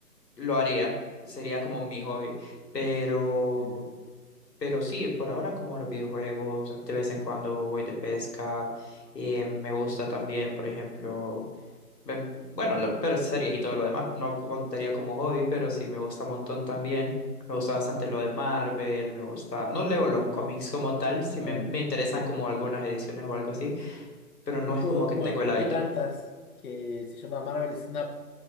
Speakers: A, on the left; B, on the left.
A: lo haría. Sería como mi hobby. Pero,
B: Sí.
A: pero sí, por ahora como los videojuegos, de vez en cuando voy de pesca. eh, me gusta también, por ejemplo. Ven, Bueno, la- pero series y todo lo demás, no contaría como hobby, pero sí me gusta un montón también. Me gusta bastante lo de Marvel, me gusta... No leo los
B: Ajá,
A: cómics como tal, sí
B: Marvel,
A: me, me interesan
B: sí.
A: como algunas ediciones o algo así, pero no
B: Yo
A: es
B: juego
A: como
B: un
A: que
B: juego
A: tengo el hábito.
B: de cartas que se llama Marvel Snap.